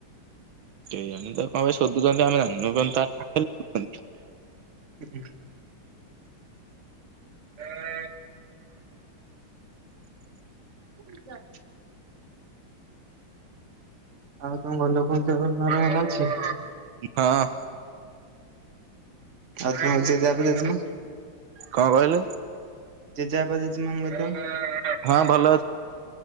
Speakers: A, on the right; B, on the right.
A: କେଇଜାଣି ତାକୁ କଣ ପାଇଁ ଶୋଧୁଛନ୍ତି ଆମେ ଜାଣିନୁ <inaudible>
B: ହଁ। ହଁ ନା। ଆଉ ତମ ଘର ଲୋକଙ୍କ ଦିହପା ଭଲ ଅଛି?
A: ହଁ।
B: ଆଉ ତମ ଜେଜେ ବାପା ଜେଜେ ମାଆ?
A: କଣ କହିଲୁ
B: ଜେଜେବାପା ଜେଜେମାଆ ଙ୍କ ଦେହ?
A: ହଁ ଭଲ ଅଛି